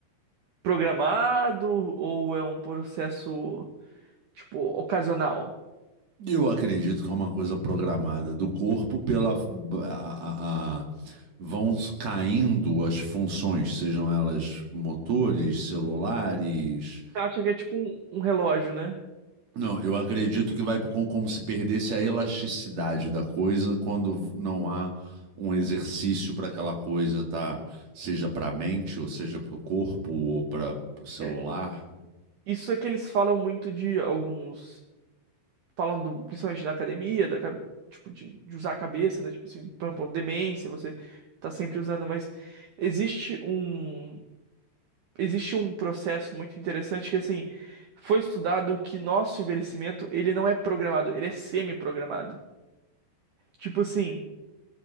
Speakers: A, on the right (about 75°); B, on the right (about 45°).
A: programado ou é um processo, tipo, ocasional?
B: Eu acredito que é uma coisa programada do corpo pela a, a- a- vão caindo as funções, sejam elas motores, celulares.
A: Você acha que é tipo um um relógio, né?
B: Não, eu acredito que vai com- como se perdesse a elasticidade da coisa quando não há um exercício para aquela coisa, tá? Seja para a mente, ou seja para o corpo, ou para o celular.
A: É, isso é que eles falam muito de alguns. Falam do- principalmente da academia, da, ca- tipo, de, de usar a cabeça, né? Tipo assim, por exemplo, demência, você tá sempre usando, mas existe um. Existe um processo muito interessante que, assim, foi estudado que nosso envelhecimento, ele não é programado, ele é semi-programado. Tipo assim,